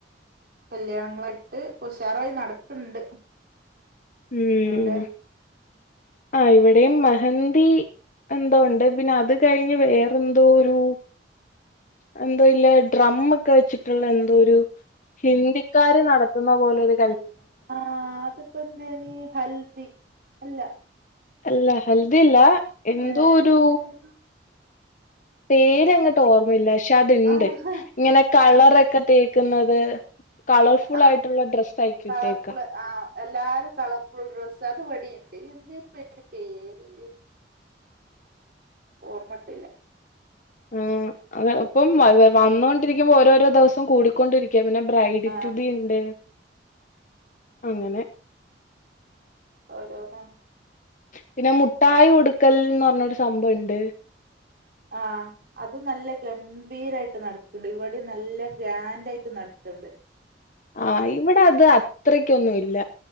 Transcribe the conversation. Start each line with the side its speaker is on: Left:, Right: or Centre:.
Right: കല്ല്യാണങ്ങളായിട്ട് ഉഷാറായി നടക്ക്ണ്ട്
Left: ഉം
Right: അവിടെ
Left: ആ ഇവിടെയും മെഹന്തി എന്തോ ഉണ്ട് പിന്നെ അത് കഴിഞ്ഞ് വേറെന്തോ ഒരു എന്തോ ഇല്ല ഡ്രം ഒക്കെ വെച്ചിട്ടുള്ള എന്തോ ഒരു ഹിന്ദിക്കാര് നടത്തുന്ന പോലൊരു
Right: ആഹ് അതിപ്പ എന്തേന്ന് ഹൽദി അല്ല
Left: അല്ലാ ഹെൽദി ഇല്ല എന്തോ
Right: ഏ
Left: ഒരു പേര് അങ്ങോട്ട് ഓർമ്മയില്ല പക്ഷെ അത്ണ്ട്
Right: ആഹ്
Left: ഇങ്ങനെ കളറൊക്കെ
Right: ആഹ്
Left: നിക്കുന്നത് കളർഫുൾ
Right: ആഹ്
Left: ആയിട്ടുള്ള ഡ്രസ്സ് അയിക്കിട്ടേക്ക
Right: കളർഫുള് ആഹ് എല്ലാരും കളർഫുൾ ഡ്രെസ്സ് അതിവിടെയുണ്ട് എന്തേയ്ര്ന്ന് അതിന്റെ പേര് ഓർമ്മട്ടിണില്ല
Left: ആ അത് ഇപ്പം വന്നോ ഇരിക്കുമ്പോ ഓരോരോ ദിവസം കൂടിക്കൊണ്ടിരിക്കും പിന്നെ ബ്രൈഡിറ്റുബി
Right: ആഹ്
Left: ഉണ്ട് അങ്ങനെ
Right: ഓരോന്നാണ്
Left: പിന്നെ മുട്ടായി കൊടുക്കൽന്ന് പറഞ്ഞൊരു സംഭവുണ്ട്
Right: ആ അത് നല്ല ഗംഭീരായിട്ട് നടക്കണ്ട് ഇവിടെ നല്ല ഗ്രാൻഡ് ആയിട്ട് നടത്തണ്ട്
Left: ആ ഇവിടെ അത് അത്രക്കൊന്നും ഇല്ല